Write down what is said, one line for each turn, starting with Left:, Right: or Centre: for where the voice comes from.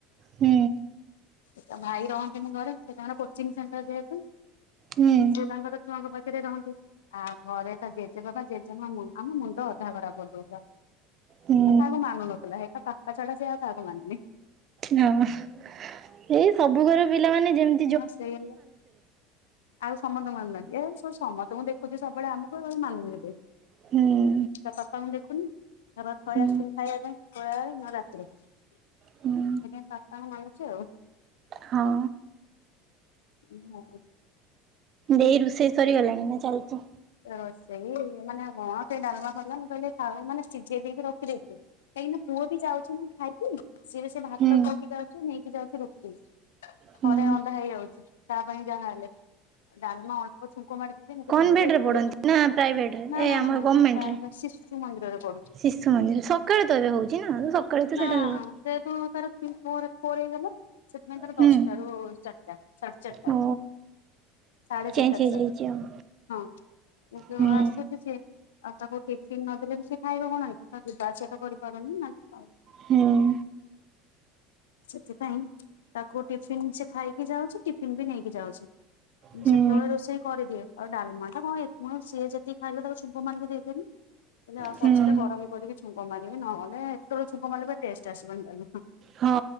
Right: ହୁଁ।
Left: ତଭାଇ ରହନ୍ତିନି ଘରେ ସେତାଙ୍କର କୋଚିଂ ସେଣ୍ଟର ଯେହେତୁ
Right: ହୁଁ
Left: ସେତାଙ୍କର ଛୁଆଙ୍କ ପା ଖରେ ରହନ୍ତି ଆଉ ଘରେତ ଜେଜେବାବା ଜେଜେମା ମୁଁ ଆମ ମୁଣ୍ଡ ଅଧା ଖରାପ୍ କରିଦଉଥିଲା।
Right: ହୁଁ
Left: ଆଉ କାହାକୁ ମାନୁ ନଥିଲା ହେଇକା ପାପା ଛଡ଼ା ସେ ଆଉ କାହାକୁ ମାନେନି।
Right: ହଁପା ଏଇ ସବୁ ଘରେ ପିଲାମାନେ ଯେମି
Left: ହଁ ସେୟାବା। ଆଉ ସମସ୍ତଙ୍କୁ ମାନୁ ନାହାଁନ୍ତି ଏସମସ୍ତଙ୍କୁ ଦେଖୁଚି ସବୁବେଳେ ଆମକୁ ମାନୁନି ଏତେ।
Right: ହୁଁ
Left: ତା ପାପାଙ୍କୁ ଦେଖୁନି ତାପାପା ଥରେ
Right: ହୁଁ
Left: ଆସୁଚନ୍ତି ଖାଇବା ପାଇଁ ଖରାବେଳେ ନହେଲେ ରାତିରେ ସେଥିପାଇଁ
Right: ହୁଁ
Left: ପାପାଙ୍କୁ ମାରୁଚି ଆଉ।
Right: ହଁ।
Left: ହଁ ଅ
Right: ଦେଇ ରୋଷେଇ ସରିଗଲାଣି ନା ଚାଲିଚ଼ି?
Left: ରୋଷେଇ ମାନେ ହଁ ସେଇ ଡାଲମା ଫାଲମା ମୁଁ କହିଲି ଥାଉ ମାନେ ସିଝେଇ ଦେଇକି ରଖିଦେଇଥିଲି। କାହିଁକିନା ପୁଅ ବି ଯାଉଚି ନା ଖାଇକି, ସିଏ ସେ ଭାତ
Right: ହୁଁ
Left: ଖାଇକି ଯାଉଛି ନେଇକି ଯାଉଛି ରୁଟି। ଥରେ
Right: ହୁଁ
Left: ରନ୍ଧା ହେଇଯାଉଛି ତା ପାଇଁ ଯାହା ହେଲେ। ଡ଼ାଲମା ଅଳ୍ପ ଛୁଙ୍କ ମାରକି ଦିଏ, ମୁଁ କହିଲି
Right: କନଭେଣ୍ଟରେ
Left: ହେ ଏତେ
Right: ପଢ଼ନ୍ତି ନା ପ୍ରାଇଭେଟ୍ ରେ
Left: ନା
Right: ଏ
Left: ନା
Right: ଆମ
Left: ନା ନା
Right: ଗମେଣ୍ଟରେ,
Left: ପ୍ରାୟ ଶିଶୁ ମନ୍ଦିରରେ ପଢୁଛି।
Right: ଶିଶୁ ମନ୍ଦିର ସକାଳୁ ତ ଏବେ ହଉଛି। କିଏ ନା ସକାଳ ତ
Left: ନା
Right: ସେଟା ହୁଏ।
Left: ଯେହେତୁ ତାର ଥିନ ଫୋରେ ଫୋର ହେଇଗଲା। ସେଥିପାଇଁ ତାର
Right: ହୁଁ
Left: ଦଶଟାରୁ ଚାରିଟା, ସାଢେ ଚାରିଟା।
Right: ଓ
Left: ସାଢେ ଚାରଟାରେ
Right: ଚେଞ୍ଜ ହେଇଯାଇଛି
Left: ସେ ଆସୁଛି,
Right: ଆଉ
Left: ହଁ କିନ୍ତୁ
Right: ହୁଁ
Left: ଆସେ ସିଏ ଆଉ ତାକୁ ଟିଫିନ ନଦେଲେ ବି ସେ ଖାଇବ କଣ? ସେଇଠି ତ ଯିବା ଆସିବା କରିପାରୁନି ନା, ଆଉ
Right: ହୁଁ
Left: ସେଥିପାଇଁ ତାକୁ ଟିଫିନ ସେ ଖାଇକି ଯାଉଛି। ଟିଫନ୍ ବି ନେଇକି ଯାଉଛି, ମୁଁ
Right: ହୁଁ
Left: ସେତେବେଳେ ରୋଷେଇ କରିଦିଏ ଆଉ ଡାଲମା ଟା କଣ ହଁ ସିଏ ଯେତିକି ଖାଇଲା ତାକୁ ଛୁଙ୍କ ମାରିକି ଦେଇଦେଲି। ଗଲେ ଆଉ
Right: ହୁଁ
Left: ପଛରେ ଗରମ କରିକି ଛୁଙ୍କ ମାରିବି, ନହେଲେ ଏତେବେଳେ ଛୁଙ୍କ ମାରିଲେ ଟେଷ୍ଟ ଆସିବନି ଡାଲମା।
Right: ହଁ